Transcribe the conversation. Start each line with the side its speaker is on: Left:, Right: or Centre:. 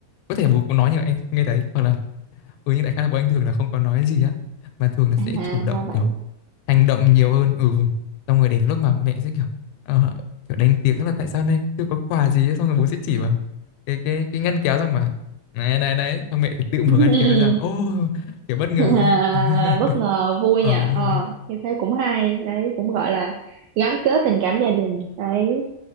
Left: có thể bố cũng nói nhưng mà anh không nghe thấy hoặc là ừ nhưng đại khái là bố anh thường là không có nói gì á mà thường là
Right: à
Left: sẽ chủ động
Right: ra vậy
Left: kiểu hành động nhiều hơn ừ xong rồi đến lúc mà mẹ sẽ kiểu ờ, kiểu đánh tiếng là tại sao nay chưa có quà gì ấy. xong rồi bố sẽ chỉ vào cái cái cái ngăn kéo rằng mà này này đấy xong mẹ thì tự
Right: <laughs>
Left: mở ngăn kéo ra và, ô kiểu bất ngờ
Right: à,
Left: ấy <laughs>
Right: bất ngờ vui
Left: ờ
Right: nha
Left: đúng
Right: ờ
Left: rồi
Right: như thế cũng hay đấy cũng gọi là gắn kết tình cảm gia đình đấy